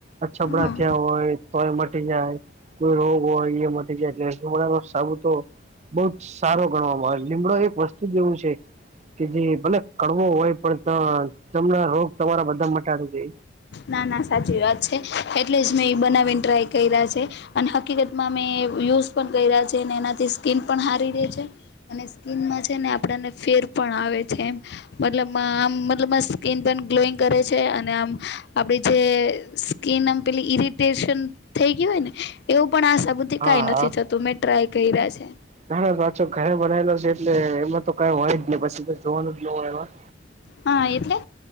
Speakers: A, on the right; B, on the left.
A: અછબડા
B: હા.
A: થયા હોય. તોય મટી જાય, કોઈ રોગ હોય એ મટી જાય, એટલે લીમડાનો સાબું તો. બહુ જ સારો ગણવામાં આવે, લીમડો એક વસ્તુ જ એવું છે. કે જે ભલે કડવો હોય, પણ ત... તમને રોગ તમારા બધા મટાડી દે.
B: ના... ના.. સાચી વાત છે, એટલે જ મેં એ બનાવીને ટ્રાય કર્યા છે. અને હકીકતમાં મે યુઝ પણ કર્યા છે અને એનાથી સ્કીન પણ હારી રે છે. અને સ્કીનમાં છે ને, આપણને ફેર પણ આવે છે એમ. મતલબ મા.. આમ મતલબ સ્કીિન પણ ગ્લોઈંગ કરે છે, અને આમ. આપડી જે સ્કીિન આમ પેલી ઈરિટેશન થઈ ગયું હોય ને, એવું પણ આ સાબુ થી તે
A: હા
B: કાઈ નથી
A: હા.
B: થતું, મેં ટ્રાય કર્યા છે.
A: ના, ના, સાચો ઘરે બનાવેલો છે, એટલે એમાં તો કંઈ હોય જ ને, પછી તો જોવાનું જ ના હોય, એમાં
B: હા, એટલે